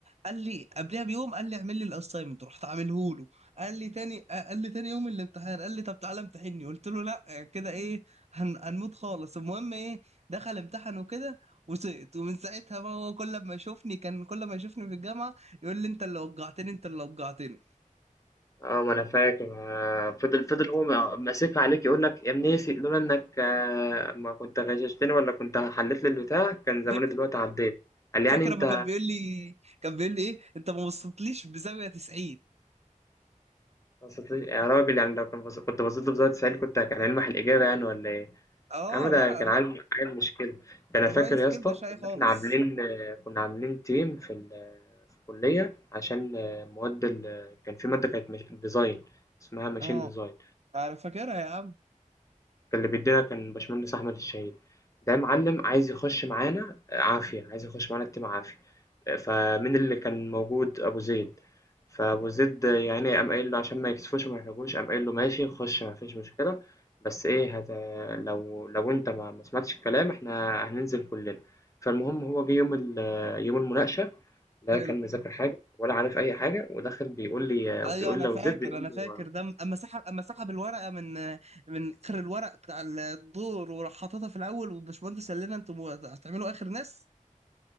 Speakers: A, on the right; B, on the left.
A: قال لي قبلها بيوم قال لي اعمل لي الاساينمنت رحت عامله له قال لي تاني آه، قال لي تاني يوم الامتحان قال لي طب تعالى امتحني قلت له لا آه، كده ايه هن... هنموت خالص المهم ايه دخل امتحن وكده وسقط ومن ساعتها بقى هو كل ما يشوفني كان كل ما يشوفني في الجامعه يقول لي انت اللي وجعتني انت اللي وجعتني
B: اه ما انا فاكر آه، فضل فضل هو ما- ماسك عليك يقول لك يا منيسي لولا انك آه، ما كنت غششتني ولا كنت حلت لي البتاع كان زماني
A: فاك-
B: دلوقتي عديت قال
A: فاكر
B: لي يعني انت
A: لما كان بيقول لي كان بيقول لي ايه انت ما بصيتليش بزاويه 90
B: بسط لي يا راجل يعني لو كان بس... كنت بصيت له بزاوية 90 كنت كان هيلمح الإجابة يعني ولا إيه؟
A: اه
B: يا عم ده
A: لا
B: كان
A: الر-
B: عيل عيل مش كده ده أنا
A: الريس
B: فاكر يا اسطى
A: كبده شاي
B: كنا
A: خالص
B: إحنا عاملين كنا عاملين تيم في ال... في الكلية عشان مواد ال... كان في مادة كانت مش... ديزاين اسمها ماشين
A: اه
B: ديزاين
A: انا فاكرها يا عم
B: كان اللي بيدينا كان باشمهندس أحمد الشهيد، ده معلم عايز يخش معانا آه، عافية، عايز يخش معانا الteam عافية، آه، فمين اللي كان موجود؟ أبو زيد، فأبو زيد يا عيني قام قايل له عشان ما يكسفوش وما يحرجوش قام قايل له ماشي خش ما فيش مشكلة، بس إيه هت لو لو أنت ما ما سمعتش الكلام إحنا هننزل كلنا، فالمهم هو جه يوم ال يوم المناقشة لا
A: حلو
B: كان مذاكر حاجة ولا عارف أي حاجة وداخل بيقول لي
A: ايوه
B: وبيقول
A: انا
B: لأبو
A: فاكر
B: زيد بيقول
A: انا فاكر
B: له
A: ده اما سحب اما سحب الورقه من من اخر الورق بتاع الدور وراح حاططها في الاول والباشمهندس قال لنا انتوا هتعملوا اخر ناس